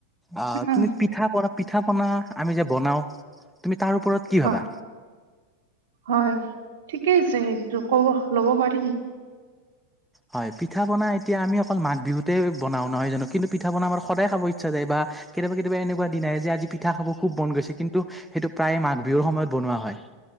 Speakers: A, in the centre; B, on the right.
A: আহ'
B: উ
A: তুমি পিঠ পিঠা-পনা, পিঠা-পনা আমি যে বনাও, তুমি তাৰ ওপৰত কি
B: হয়
A: ভাবা?
B: হয় ঠিকেই আছে সেইটো ক'ব, ল'ব পাৰি।
A: হয়, পিঠা-পনা এতিয়া আমি অকল মাঘ বিহুতেই বনাওঁ নহয় জানো, কিন্তু পিঠা-পনা আমাৰ সদায় খাব ইচ্ছা যায় বা কেতিয়াবা, কেতিয়াবা এনেকুৱা দিন আহে যে, আজি পিঠা খাব খুব মন গৈছে, কিন্তু সেইটো প্ৰায়ে মাঘ বিহুৰ সময়ত বনোৱা হয়।